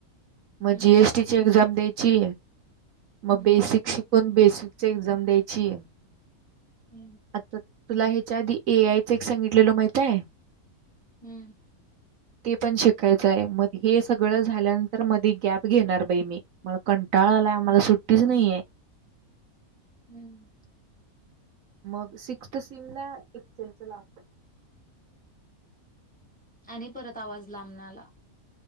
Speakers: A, on the right; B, in the centre.
A: मग
B: हम्म
A: जीएसटीची एक्झाम द्यायची मग
B: हम्म
A: बेसिक शिकून बेसिकची एक्झाम द्यायची.
B: हम्म
A: आता तुला हेच्या आधी ए आय च एक सांगितलेलो माहित हाय?
B: हम्म.
A: ते पण शिकायचं आहे मग हे सगळं झाल्यानंतर मध्ये गॅप घेणार बाई मी मला कं टाळा आलाय आम्हाला
B: हम्म
A: सुट्टीच नाहीय.
B: हम्म.
A: मग सिक्सथ सिम ला <unintelligible>
B: आणि परत आवाज लांबन आला.